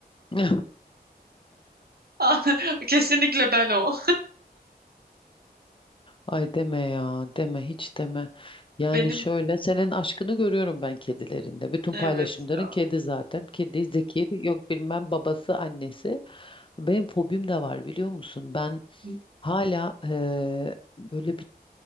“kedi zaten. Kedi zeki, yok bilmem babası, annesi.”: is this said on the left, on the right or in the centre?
Left